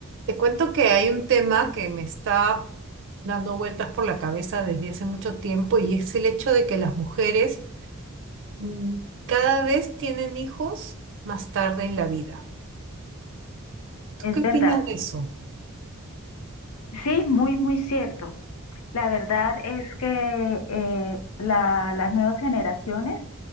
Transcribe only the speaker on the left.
Es
verdad,
sí, muy, muy cierto. La verdad es que eh, la- las nuevas generaciones,